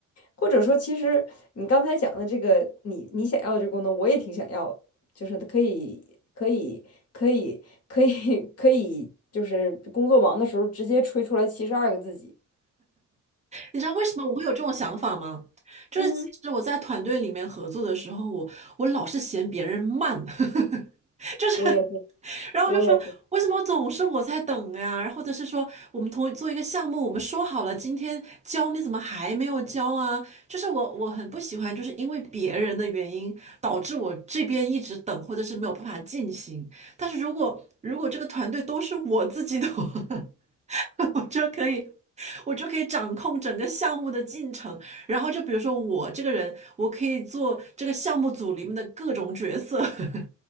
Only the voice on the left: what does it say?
或者说其实你刚才讲的这个你你想要的这个功能，我也挺想要的就是可以可以可以可以可以，就是工作忙的时候直接吹出来七十二个自己。
嗯。
我也是，
我也是，